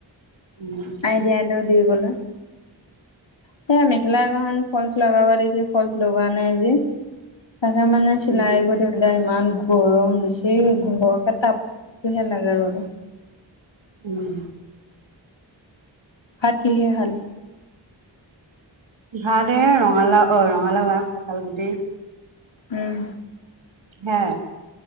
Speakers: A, on the right; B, on the left.
A: উম,
B: আই দিয়াই দে দিবলৈ। সে মেখেলা এখন ফলচ লগাব দিছে ফলচ লগোৱা নাই যে। তাকে মানে চিলাই
A: উম,
B: কৰি থাখিলে ইমান গৰম দিছে ঘৰকে টাপটোহে লাগে আৰু।
A: উম।
B: ভাত কিহেৰে খালে?
A: ভাত এ ৰঙালাও অ' ৰঙালাও আগ, কঁঠাল গুটি।
B: উম।
A: হে।